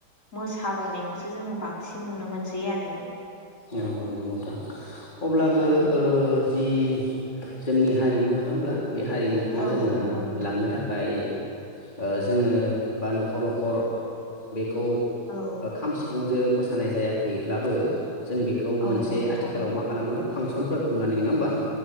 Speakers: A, on the left; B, on the left.
A: मो साबायनायखौसो जोङो बांसिन नुनो मोनसै आरो।
B: औ नंगौ नोंथां अब्लाबो
A: औ
B: ओ जि जोंनि हारिमु नङा होमब्ला बे हारिमुखौ
A: औ
B: जोङो
A: नंगौ नोंथां
B: लांनो थाखाय ओ जोङो बा न'खर न'खर बे खौ‌
A: औ
B: खाम सिफुंजों मोसानाय जायाखैब्लाबो जों बेखौ
A: औ
B: मोनसे
A: नोंथां
B: आथिखालाव मा खालामो फांसनफोर खुंनानै नङा होमबा।